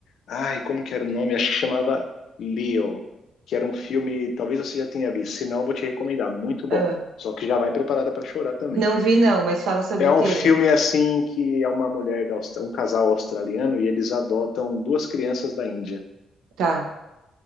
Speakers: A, on the left; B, on the right.
A: Ai, como que era o nome? Acho que chamava Leo, que era um filme, talvez você já tenha visto, se não, eu vou te recomendar, muito bom.
B: Ah.
A: Só que já vai preparada para chorar também.
B: Não vi não, mas fala sobre
A: É
B: o
A: um
B: quê?
A: filme assim que é uma mulher da Austra- um casal australiano e eles adotam duas crianças da Índia
B: Tá.